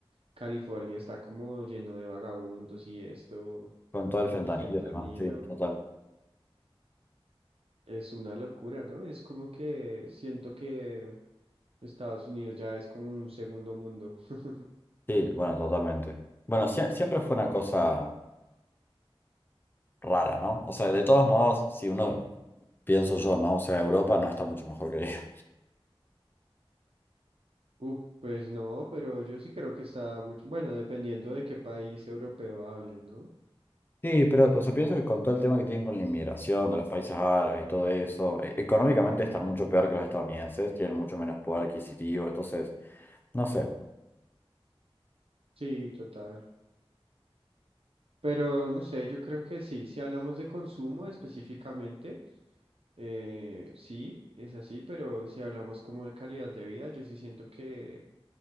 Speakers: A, on the right (about 75°); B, on the left (about 20°).
A: California está como lleno de vagabundos y esto,
B: con todo el fentanilo
A: el fentanilo,
B: y demás, sí, total.
A: es una locura, ¿no? Es como que siento que Estados Unidos ya es como un segundo mundo. <laughs>
B: Sí, bueno, totalmente. Bueno, sie- siempre fue una cosa rara, ¿no? O sea, de todos modos, si uno pienso yo, ¿no? O sea, Europa no está mucho mejor que ella.
A: Uh, pues no, pero yo sí creo que está mucho, bueno, dependiendo de qué país europeo hables, ¿no?
B: Sí, pero o sea, pienso que con todo el tema que tienen con la inmigración de los países árabes y todo eso, e- económicamente están mucho peor que los estadounidenses, tienen mucho menos poder adquisitivo, entonces, no sé.
A: Sí, total. Pero no sé, yo creo que sí, si hablamos de consumo específicamente. Eh, sí, es así, pero si hablamos como de calidad de vida, yo sí siento que